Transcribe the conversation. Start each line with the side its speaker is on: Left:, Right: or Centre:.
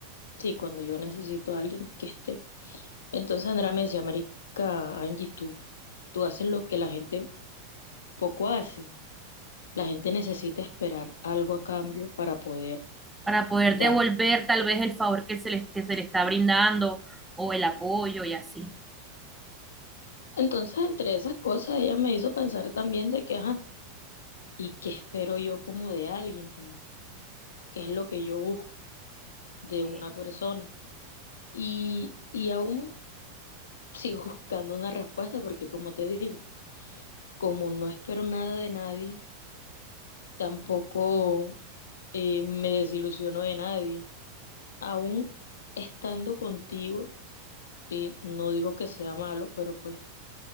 Left: sí, cuando yo necesito a alguien que esté. Entonces Andrea me decía, marica, Angie, tú, tú haces lo que la gente poco hace. La gente necesita esperar algo a cambio para poder
Centre: para poder
Left: dar
Centre: devolver tal vez el favor que se le, que se le está brindando o el apoyo y así.
Left: Entonces, entre esas cosas, ella me hizo pensar también de que, ajá, ¿y qué espero yo como de alguien? Como, ¿qué es lo que yo busco de
Centre: Ok.
Left: una persona? Y, y aún sigo <laughs> buscando una respuesta porque, como te digo, como no espero nada de nadie, tampoco eh, me desilusiono de nadie. Aún estando contigo, y no digo que sea malo, pero pues